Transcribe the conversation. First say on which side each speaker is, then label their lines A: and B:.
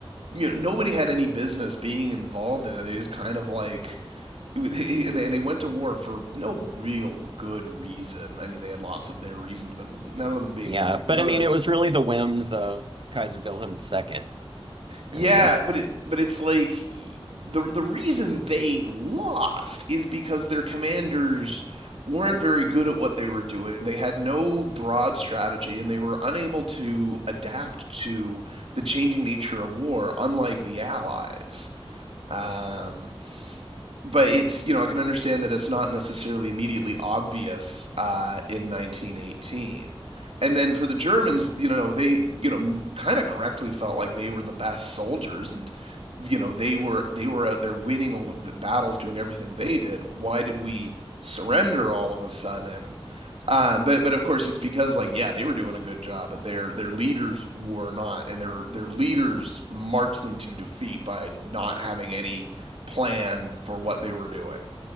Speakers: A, on the right; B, on the right.
A: you know, nobody had any business being involved in it. They just kind of like, <laughs> and they, went to war for no real good reason. I mean, they had lots of their reasons, but none of them being
B: Yeah,
A: very
B: but
A: good.
B: I mean, it was really the whims of Kaiser Wilhelm II.
A: Yeah,
B: I mean,
A: but it, but it's like the the reason they lost is because their commanders weren't very good at what they were doing. They had no broad strategy and they were unable to adapt to the changing nature of war, unlike the Allies. Um, but it's you know I can understand that it's not necessarily immediately obvious uh, in 1918. And then for the Germans, you know, they you know kind of correctly felt like they were the best soldiers, and you know they were they were out there winning all the battles, doing everything they did. Why did we surrender all of a sudden? Um, but but of course it's because like yeah they were doing a good job but their their leaders were not and their their leaders marched them to defeat by not having any plan for what they were doing.